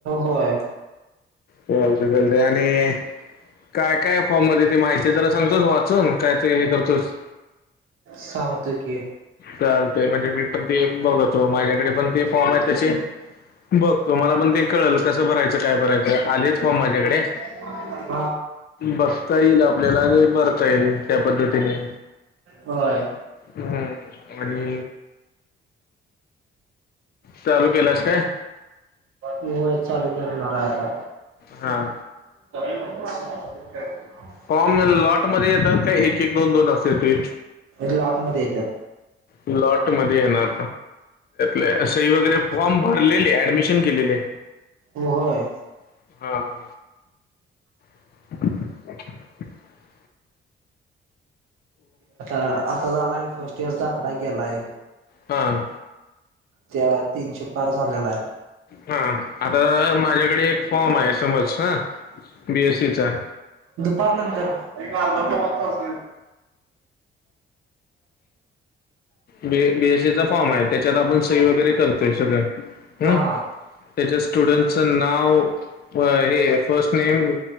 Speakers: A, on the right; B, on the left.
A: होय
B: चालतंय, चालतंय आणि काय काय फॉर्म मध्ये ते माहिती आहे जरा सांगतोस वाचून? काय ते हे करतोस?
A: सांगतो की?
B: चालतंय, म्हणजे मी पण ते बघतो. माझ्याकडे पण ते फॉर्म आहे तसे. बघ. तुम्हाला पण ते कळलं, कसं भरायचं काय भरायचं. आलेत फॉर्म माझ्याकडे.
A: <unintelligible>
B: बसता येईल आपल्याला, आणि भरता येईल त्या पद्धतीने.
A: होय
B: हम् आणि चालू केलास काय?
A: व्हय चालू करणार हाय आता
B: हां
A: <unintelligible>
B: फॉर्म लॉटमध्ये येतात काय एक -एक दोन -दोन असत्या ते
A: लॉटमध्ये येत्यात
B: लॉटमध्ये येणार लं <inaudible> सही वगैरे फॉर्म भरलेले ऍडमिशन केलेले.
A: हो, होय
B: हां <unintelligible>
A: आता -आता झालाय फर्स्ट इयरचा आकडा गेलाय
B: हा
A: त्या तीनशे पार झालेला हाय
B: हा, आता माझ्याकडे एक फॉर्म हाय समज हा, बी एस सी चा
A: दुपार नंत, र एक अर्धा पाऊण तास
B: बी, बी एस सी चा फॉर्म हाय त्याच्यात आपण सही वगैरे करतोय सगळं हं
A: हा
B: त्याच्या स्टुडंटचं नाव, अ हे फर्स्ट नेम